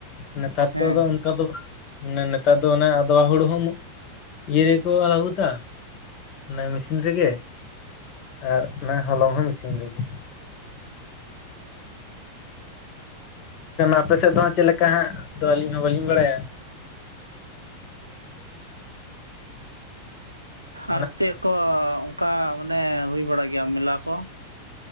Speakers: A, on the left (about 35°); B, on the right (about 85°).
A: ᱱᱮᱛᱟᱨ
B: ᱦᱮᱸ
A: ᱛᱚ ᱟᱫᱚ ᱚᱱᱠᱟ ᱫᱚ ᱵᱟᱝ᱾ ᱢᱟᱱᱮ ᱱᱮᱛᱟᱨ ᱫᱚ ᱚᱱᱮ ᱟᱫᱣᱟ ᱦᱩᱲᱩ ᱦᱚᱸᱢ ᱤᱭᱟᱹ ᱨᱮᱠᱚ ᱞᱟᱦᱩᱫᱟ᱾ ᱢᱟᱱᱮ ᱢᱮᱥᱤᱱ ᱨᱮᱜᱮ ᱟᱨ ᱚᱱᱟ ᱦᱚᱞᱚᱝ ᱦᱚᱸ ᱢᱮᱥᱤᱱ ᱨᱮᱜᱮ᱾ ᱟᱯᱮ ᱥᱮᱫ ᱫᱚ ᱪᱮᱫᱞᱮᱠᱟ ᱦᱟᱸᱜ ᱛᱚ ᱟᱹᱞᱤᱧ ᱦᱚᱸ ᱵᱟᱹᱞᱤᱧ ᱵᱟᱲᱟᱭᱟ᱾
B: <unintelligible>
A: ᱢᱟᱱᱮ
B: ᱟᱨ ᱪᱮᱫ ᱠᱚ? ᱚᱱᱠᱟ ᱢᱟᱱᱮ ᱦᱩᱭ ᱵᱟᱲᱟᱜ ᱜᱮᱭᱟ ᱢᱮᱞᱟ ᱠᱚ?